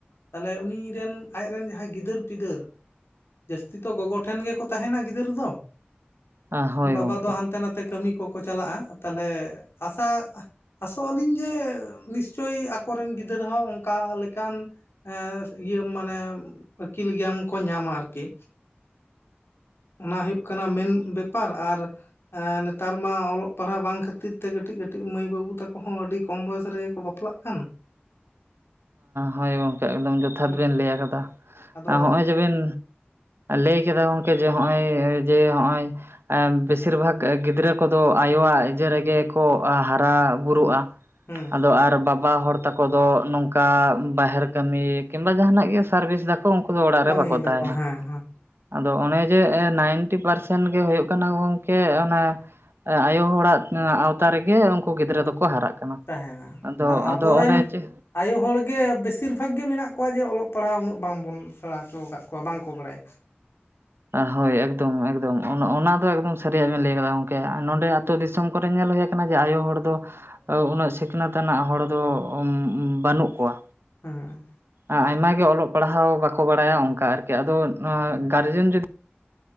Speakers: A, on the left (about 80°); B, on the right (about 75°).
A: ᱛᱟᱦᱞᱮ ᱩᱱᱤ ᱨᱮᱱ ᱟᱡᱨᱮ ᱨᱮᱱ ᱡᱟᱦᱟᱸᱭ ᱜᱤᱫᱟᱹᱨ-ᱯᱤᱫᱟᱹᱨ ᱡᱟᱹᱥᱛᱤ ᱛᱚ ᱜᱚᱜᱚ ᱴᱷᱮᱱ ᱜᱮᱠᱚ ᱛᱟᱦᱮᱱᱟ ᱜᱤᱫᱟᱹᱨ ᱫᱚ᱾
B: ᱦᱳᱭ
A: ᱵᱟᱵᱟ
B: ᱜᱚᱢᱠᱮ
A: ᱫᱚ ᱦᱟᱱᱛᱮ ᱱᱟᱛᱮ ᱠᱟᱹᱢᱤ ᱠᱚᱠᱚ ᱪᱟᱞᱟᱜᱼᱟ ᱛᱟᱞᱦᱮ ᱟᱥᱟ ᱟᱥᱚᱜ ᱟᱹᱞᱤᱧ ᱡᱮ, ᱱᱤᱥᱪᱳᱭ ᱟᱠᱚᱨᱮᱱ ᱜᱤᱫᱽᱨᱟᱹ ᱦᱚᱸ ᱚᱱᱠᱟ ᱞᱮᱠᱟᱱ ᱮᱸ ᱤᱭᱟᱹ ᱢᱟᱱᱮ ᱟᱹᱠᱤᱞ ᱜᱮᱭᱟᱱ ᱠᱚ ᱧᱟᱢᱟ ᱟᱨᱠᱤ᱾ ᱚᱱᱟ ᱦᱳᱭᱳᱜ ᱠᱟᱱᱟ ᱢᱮᱱ ᱵᱮᱯᱟᱨ ᱟᱨ ᱮ ᱱᱮᱛᱟᱨ ᱢᱟ ᱚᱞᱚᱜ ᱯᱟᱲᱦᱟᱜ ᱵᱟᱝ ᱠᱷᱟᱹᱛᱤᱨ ᱛᱮ ᱠᱟᱹᱴᱤᱡ ᱠᱟᱹᱴᱤᱡ ᱢᱟᱹᱭ ᱵᱟᱹᱵᱩ ᱛᱟᱠᱚ ᱦᱚᱸ ᱟᱹᱰᱤ ᱠᱚᱢ ᱵᱚᱭᱮᱥ ᱨᱮᱜᱮ ᱵᱟᱯ ᱯᱟᱜ ᱠᱟᱱ᱾
B: ᱦᱳᱭ ᱜᱚᱝᱠᱮ ᱮᱠᱫᱚᱢ ᱡᱚᱛᱷᱟᱛ
A: ᱦᱩᱸ
B: ᱵᱮᱱ ᱞᱟᱹᱭ ᱠᱟᱫᱟ,
A: ᱟᱫᱚ
B: ᱦᱚᱜᱼᱚᱭ ᱡᱮᱵᱮᱱ ᱞᱟᱹᱭ ᱠᱮᱫᱟ ᱜᱚᱝᱠᱮ ᱡᱮ ᱱᱚᱜᱼᱚᱭ ᱡᱮ ᱦᱚᱜᱼᱚᱭ᱾ ᱟ ᱵᱤᱥᱤᱨ ᱵᱷᱟᱜᱽ ᱜᱤᱫᱽᱨᱟᱹ ᱠᱚᱫᱚ ᱟᱭᱳᱣᱟᱜ ᱤᱡᱟᱹ ᱨᱮᱜᱮ ᱠᱚ ᱦᱟᱨᱟ ᱵᱩᱨᱩᱜᱼᱟ᱾
A: ᱦᱩᱸ
B: ᱟᱫᱚ ᱟᱨ ᱵᱟᱵᱟ ᱦᱚᱲ ᱛᱟᱠᱚ ᱫᱚ ᱱᱚᱝ ᱚᱱᱠᱟ ᱵᱟᱦᱮᱨ ᱠᱟᱹᱢᱤ ᱠᱤᱢᱵᱟ ᱡᱟᱦᱱᱟᱜ ᱜᱮ ᱥᱟᱨᱵᱷᱤᱥ ᱫᱟᱠᱚ ᱩᱱᱠᱩ ᱫᱚ ᱚᱲᱟᱜ
A: ᱠᱟᱹᱢᱤᱭ
B: ᱨᱮ ᱵᱟᱠᱚ
A: ᱫᱟᱠᱚ
B: ᱛᱟᱦᱮᱸᱱᱟ
A: ᱦᱮᱸ ᱦᱮᱸ
B: ᱟᱫᱚ ᱚᱱᱮ ᱡᱮ ᱱᱟᱭᱤᱱᱴᱤ ᱯᱟᱨᱥᱮᱱᱴ ᱜᱮ ᱦᱩᱭᱩᱜ ᱠᱟᱱᱟ ᱜᱚᱝᱠᱮ ᱚᱱᱮ ᱟᱭᱳ ᱦᱚᱲᱟᱜ ᱟᱶᱛᱟ ᱨᱮᱜᱮ ᱩᱱᱠᱩ ᱜᱤᱫᱽᱨᱟᱹ ᱫᱚᱠᱚ ᱦᱟᱨᱟᱜ ᱠᱟᱼᱼ ᱱᱟ
A: ᱛᱟᱦᱮᱱᱟ
B: ᱟᱫᱚ
A: ᱟᱨ ᱟᱵᱚᱨᱮᱱ
B: ᱟᱫᱚ ᱚᱱᱮ ᱡᱮ
A: ᱟᱭᱳ ᱦᱚᱲᱜᱮ ᱵᱮᱥᱤᱨ ᱵᱷᱟᱜᱽ ᱜᱮ ᱢᱮᱱᱟᱜ ᱠᱚᱣᱟ ᱡᱮ ᱚᱞᱚᱜ ᱯᱟᱲᱦᱟᱜ ᱩᱱᱟᱹᱜ ᱵᱟᱝᱵᱚᱱ ᱥᱮᱬᱟ ᱦᱚᱪᱚ ᱟᱠᱟᱫ ᱠᱚᱣᱟ ᱵᱟᱝᱠᱚ ᱵᱟᱲᱟᱭᱟ᱾ <inaudible>
B: ᱦᱳᱭ ᱮᱠᱫᱚᱢ ᱮᱠᱫᱚᱢ ᱚᱱ ᱚᱱᱟ ᱫᱚ ᱮᱠᱫᱚᱢ ᱥᱟᱹᱨᱤᱭᱟᱜ ᱵᱮᱱ ᱞᱟᱹᱭ ᱟᱠᱟᱫᱟ ᱜᱚᱝᱠᱮ ᱟᱨ ᱱᱚᱰᱮ ᱟᱛᱳ ᱫᱤᱥᱚᱢ ᱠᱚᱨᱮ ᱧᱮᱞ ᱦᱩᱭ ᱠᱟᱱᱟ ᱡᱮ ᱟᱭᱳ ᱦᱚᱲ ᱫᱚ ᱩᱱᱟᱹᱜ ᱥᱤᱠᱷᱱᱟᱹᱛ ᱟᱱᱟᱜ ᱦᱚᱲ ᱫᱚ ᱵᱟᱹᱱᱩᱜ ᱠᱚᱣᱟ᱾
A: ᱦᱩᱸ
B: ᱟ ᱟᱭᱢᱟ ᱜᱮ ᱚᱞᱚᱜ ᱯᱟᱲᱦᱟᱣ ᱵᱟᱠᱚ ᱵᱟᱲᱟᱭᱟ ᱚᱱᱠᱟ ᱟᱨᱠᱤ ᱟᱫᱚ ᱱᱚᱣᱟ ᱜᱟᱨᱡᱮᱱ ᱡᱩᱫᱤ